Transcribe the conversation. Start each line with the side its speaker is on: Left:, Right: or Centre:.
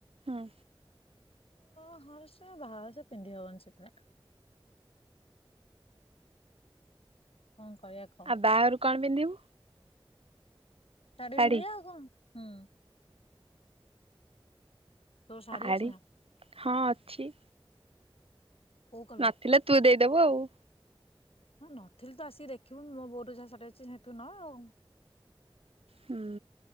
Right: ହୁଁ।
Left: ହ ହଉ ସେ ବାହାଘ ସେ ପିନ୍ଧି ହବନି ସେଥିରେ କଁ କହିବା କହ
Right: ଆଉ ବାହାଘରକୁ କଣ ପିନ୍ଧିବୁ?
Left: ଶାଢ଼ୀ
Right: ଶାଢୀ
Left: ପିନ୍ଧିବା ଆଉ କଣ ହୁଁ। ତୋର ଶାଢୀ
Right: ଆରୀ
Left: ଅଛି ନା
Right: ହଁ ଅଛି।
Left: କୋଉ କଲର
Right: ନଥିଲେ ତୁ ଦେଇଦବୁ ଆଉ।
Left: ହଁ ନଥିଲେ ତ ଆସିକି ଦେଖିବୁ ମୋ ବୋଉର ଯାହା ଶାଢୀ ଅଛି ସେଇଠୁ ନବା ଆଉ।
Right: ହୁଁ।